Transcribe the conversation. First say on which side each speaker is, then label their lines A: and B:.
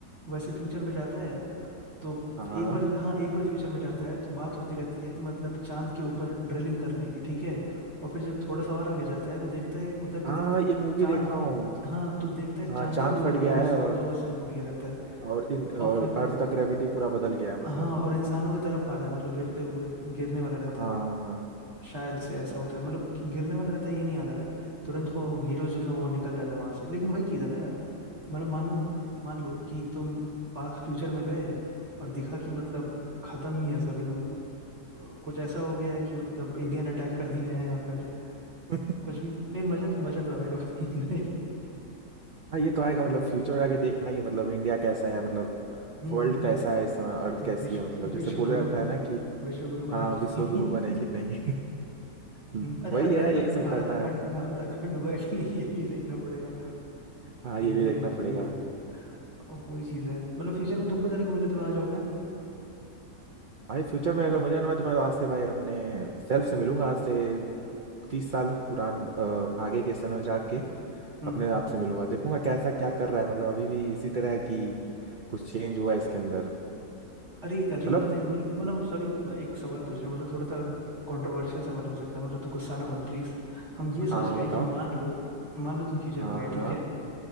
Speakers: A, on the right; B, on the right.
A: वैसे फ्यूचर में जाता है तो
B: हाँ हाँ
A: एक बार हाँ एक बार फ्यूचर में जाता है तो बात होती रहती है कि मतलब चांद के ऊपर ड्रिलिंग करने की ठीक है और फिर जब थोड़ा सा और आगे जाता है तो देखता है उतर के
B: हाँ
A: देखता
B: हाँ,
A: है
B: ये
A: ना
B: मूवी
A: कि चांद
B: देखा हूँ
A: हाँ तो देखता है
B: हाँ
A: चांद
B: चांद
A: ही दो
B: फट
A: दो
B: गया
A: हिस्से
B: है और
A: दो हिस्से में टूट गया रहता है
B: और इन
A: और
B: और
A: फिर
B: अर्थ का ग्रेविटी पूरा बदल गया है मतलब
A: हाँ और इंसानों की तरफ आ रहा है मतलब गिरते हुए गिरने वाला रहता
B: हाँ
A: है
B: हाँ
A: शायद से ऐसा होता है मतलब कि गिरने वाला रहता है ये नहीं आता रहा है तुरंत वो हीरो जो था वो निकल जाता है वहां से लेकिन वही चीज़ है ना यार मतलब मानो मान लो कि तुम पास्ट फ्यूचर में गए और दिखा कि मतलब खत्म ही है सब एकदम कुछ ऐसा हो गया है कि मतलब एलियन अटैक कर दिए हैं या फिर
B: <laughs>
A: कुछ भी लेकिन मजा तो मजा तो आएगा भाई <laughs> नहीं
B: हाँ ये तो आएगा मतलब फ्यूचर
A: हम्म।
B: में जाके देखना ही है मतलब इंडिया कैसा है मतलब
A: हम्म
B: वर्ल्ड
A: हम्म,
B: कैसा है इस समय अर्थ
A: हम्म,
B: कैसी
A: विश्व
B: है मतलब जैसे
A: विश्व
B: बोले
A: गुरु
B: रहता है ना कि
A: विश्व गुरु बना
B: हाँ
A: कि
B: विश्व
A: नहीं
B: गुरु बने
A: <laughs>
B: कि नहीं <laughs>
A: हम्म, अरे
B: वही
A: अखंड
B: है यही सब
A: भारत
B: करना
A: अखंड
B: है
A: भारत अखंड हुआ है कि नहीं ये भी देखना पड़ेगा
B: हाँ
A: ये
B: ये भी
A: भी
B: देखना
A: है
B: पड़ेगा
A: ये भी है अब वही चीज है मतलब फ्यूचर में तुमको जाने को मिले तो कहाँ जाओगे
B: भाई फ्यूचर में अगर मजा ना मैं तुम्हें आज से भाई अपने सेल्फ से मिलूंगा आज से तीस साल पुरान अ, आगे के समय जाके
A: हम्म
B: अपने आप
A: हम्म।
B: से मिलूंगा देखूंगा कैसा क्या कर रहा है मतलब अभी भी इसी तरह है कि कुछ चेंज हुआ है इसके अंदर
A: अरे अरे
B: मतलब
A: बताए मतलब मतलब सॉरी एक सवाल पूछ रहा हूं, मतलब थोड़ा सा कंट्रोवर्शियल सवाल हो सकता है मतलब तो गुस्सा ना मत प्लीज हम ये सोच
B: हाँ हाँ,
A: रहे
B: बताओ
A: हैं कि मान लो मान लो तुम फ्यूचर
B: हाँ
A: में गए
B: हाँ
A: ठीक है